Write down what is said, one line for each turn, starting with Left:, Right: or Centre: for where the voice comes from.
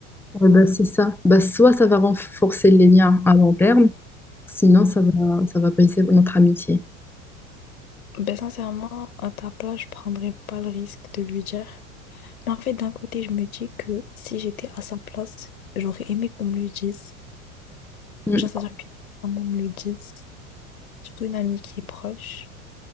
Centre: Ouais, bah, c'est ça. Bah, soit ça va renforcer les liens à long terme, sinon ça va, ça va briser notre amitié.
Left: Ben sincèrement, à ta place, je prendrais pas le risque de lui dire. Mais en fait, d'un côté, je me dis que si j'étais à sa place, j'aurais aimé qu'on me le dise.
Centre: Mm.
Left: Genre, ça qu'une maman me le dise. Surtout une amie qui est proche,